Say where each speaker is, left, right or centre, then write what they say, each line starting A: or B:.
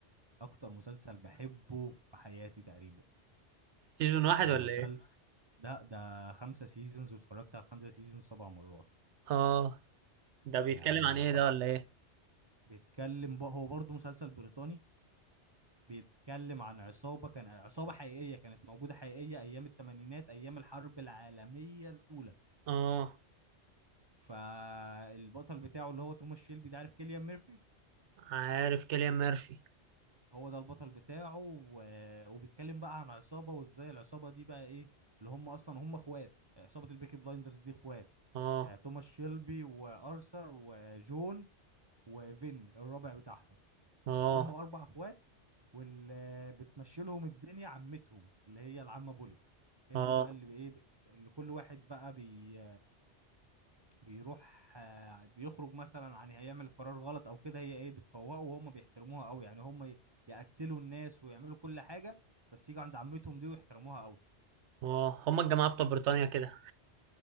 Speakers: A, on the right; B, on the right.
A: اكتر مسلسل بحبه في حياتي تقريبا
B: سيزون واحد
A: المسلسل
B: ولا ايه
A: ده ده خمسة سيزونز واتفرجت على الخمسة سيزونز سبع مرات
B: اه ده بيتكلم
A: يعني
B: عن ايه
A: حط
B: ده ولا ايه
A: بيتكلم بقى هو برضه مسلسل بريطاني بيتكلم عن عصابة كان عصابة حقيقية كانت موجودة حقيقية أيام التمانينات أيام الحرب العالمية الأولى
B: اه
A: فالبطل بتاعه اللي هو توماس شيلبي ده عارف كيليان ميرفي
B: عارف كيليان ميرفي
A: هو ده البطل بتاعه و... وبيتكلم بقى عن عصابة وإزاي العصابة دي بقى إيه اللي هم أصلا هم إخوات عصابة البيكي بلايندرز دي إخوات
B: اه
A: آه، توماس شيلبي وأرثر وجون وفين الرابع بتاعهم
B: اه
A: هم اربع اخوات واللي بتمشي لهم الدنيا عمتهم اللي هي العمه بولي هي
B: اه
A: دي بقى اللي بايه بت- اللي كل واحد بقى بي بيروح آه، بيخرج مثلا عن هيعمل قرار غلط او كده هي ايه بتفوقه وهم بيحترموها قوي يعني هم ي- يقتلوا الناس ويعملوا كل حاجه بس يجوا عند عمتهم دي ويحترموها قوي
B: اه هما الجماعة بتوع بريطانيا كده